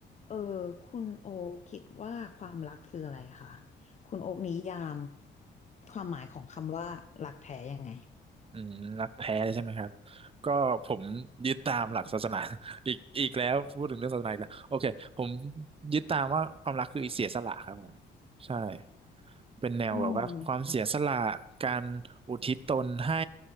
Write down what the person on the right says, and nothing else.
อืมนักแท้ใช่ไหมครับก็ผมยึดตามหลักศาสนา <laughs> อีกอีกแล้วพูดถึงเรื่องศาสนาอีกแล้วโอเคผมยึดตามว่าความรักคือเสียสละครับผมใช่เป็นแนวแบบว่าความเสียสละการอุทิศตนให้